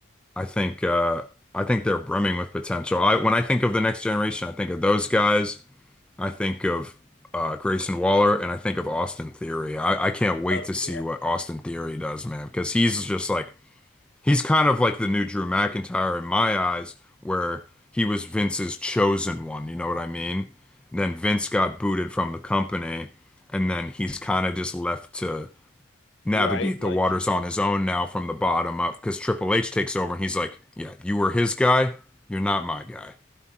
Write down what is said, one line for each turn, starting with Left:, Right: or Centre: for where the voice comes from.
Centre: I think uh I think they're brimming with potential. I when I think of the next generation, I think of those guys. I think of uh, Grayson Waller and I think of Austin Theory. I, I can't wait
Left: Oh
Centre: to see
Left: yeah,
Centre: what Austin Theory does, man, because he's just like he's kind of like the new Drew McIntyre in my eyes, where he was Vince's chosen one. You know what I mean? And Then Vince got booted from the company, and then he's kind of just left to navigate
Left: right. Like
Centre: the waters on his own now from the bottom up because Triple H takes over and he's like, Yeah, you were his guy. You're not my guy.